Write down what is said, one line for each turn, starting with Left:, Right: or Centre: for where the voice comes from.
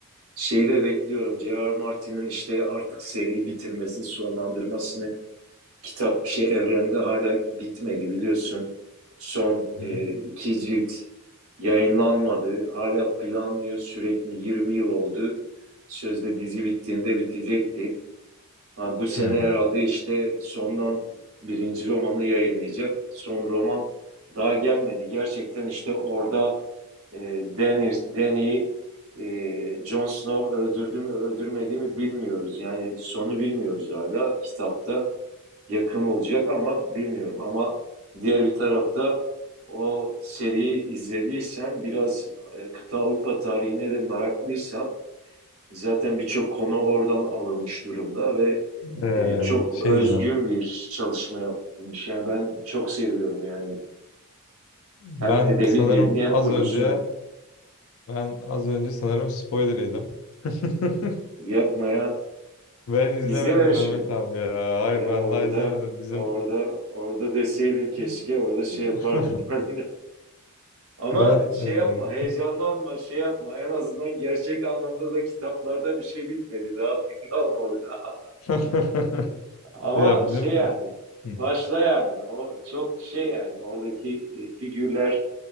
Right: şeyi de bekliyorum. J.R. Martin'in işte artık seriyi bitirmesini, sonlandırmasını kitap şey evrende hala bitmedi biliyorsun. Son e,
Left: Hı?
Right: iki cilt yayınlanmadı. Hala planlıyor sürekli 20 yıl oldu. Sözde dizi bittiğinde bitecekti. Ha, bu sene
Left: hı.
Right: herhalde işte sondan birinci romanı yayınlayacak. Son roman daha gelmedi. Gerçekten işte orada e, Daenerys, Dany e, Jon Snow öldürdü mü öldürmedi mi bilmiyoruz. Yani sonu bilmiyoruz hala kitapta yakın olacak ama bilmiyorum. Ama diğer bir tarafta o seriyi izlediysen biraz e, kıta Avrupa tarihine de meraklıysan zaten birçok konu oradan alınmış durumda ve
Left: E,
Right: e, çok
Left: şey
Right: özgün
Left: diyeceğim.
Right: bir çalışma yapılmış. Yani ben çok seviyorum yani
Left: Ben
Right: hem edebi
Left: sanırım
Right: dilini hem
Left: az
Right: kurgusunu
Left: önce Ben az önce sanırım spoiler yedim. <laughs>
Right: yapmaya
Left: Ben izlemedim
Right: izlememiş
Left: Mehmet
Right: miyim?
Left: abi ya. Hayır
Right: Ya
Left: ben
Right: orada
Left: daha izlemedim. Bizim
Right: Orada orada deseydin keşke
Left: <laughs>
Right: orada şey yapardım <laughs> ben. Ama
Left: ben
Right: şey
Left: e,
Right: yapma, heyecanlanma, şey yapma. En azından gerçek anlamda da kitaplarda bir şey bitmedi. Daha belli olmadı. <laughs>
Left: <laughs>
Right: Ama
Left: ya bizim
Right: şey yani, başla
Left: Hı,
Right: yani. O çok şey yani, oradaki e, figürler,